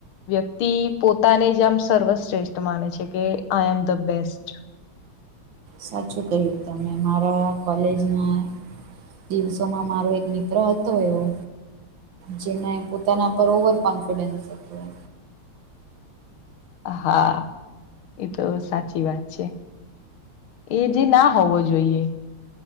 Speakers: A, on the left; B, on the right.
A: વ્યક્તિ પોતાને જ આમ સર્વશ્રેષ્ઠ માને છે કે આઈ એમ ધ બેસ્ટ
B: સાચું કહ્યું તમે મારા કોલેજના દિવસોમાં મારો એક મિત્ર હતો એવો જેને પોતાના પર ઓવર કોન્ફિડન્સ હતું હોય
A: હા એતો સાચી વાત છે એ જે ના હોવો જોઈએ